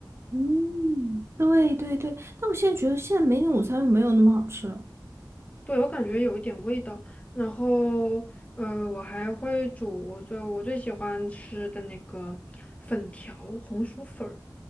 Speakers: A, on the right; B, on the left.
A: 嗯，对对对，但我现在觉得现在梅岭午餐肉没有那么好吃了。
B: 对，我感觉有一点味道。然后，呃，我还会煮我最我最喜欢吃的那个粉条，红薯粉儿，